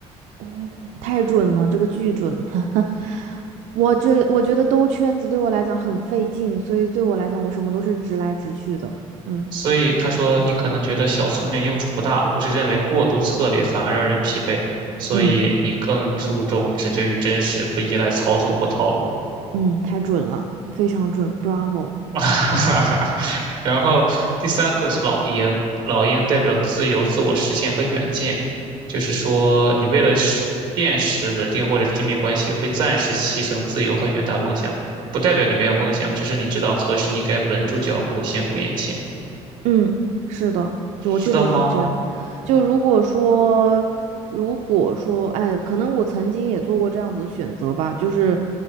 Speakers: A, on the right; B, on the right.
A: 哦，太准了，这个巨准。<laughs> 我这我觉得兜圈子对我来讲很费劲，所以对我来讲我什么都是直来直去的。嗯
B: 所以他说，你可能觉得小聪明用处不大，或是认为过度策略反而让人疲惫，所以你更注重直觉与真实，
A: 嗯
B: 不依赖操纵或套路。
A: 嗯，太准了，非常准，Bravo。
B: <laughs> 然后第三个是老鹰，老鹰代表自由、自我实现和远见，就是说你为了实现实、稳定或者亲密关系，会暂时牺牲自由和远大梦想，不代表你没有梦想，只是你知道何时应该稳住脚步，先顾眼前，
A: 嗯，是的，
B: 是的吗？
A: 就我确实是这样。就如果说，如果说，哎，可能我曾经也做过这样子的选择吧，就是，